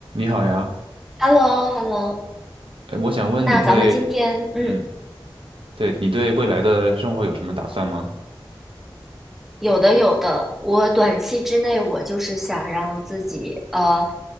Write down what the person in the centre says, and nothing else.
h e l l o h e l l o
那咱们今天，嗯，
有的有的，我短期之内我就是想让自己，呃，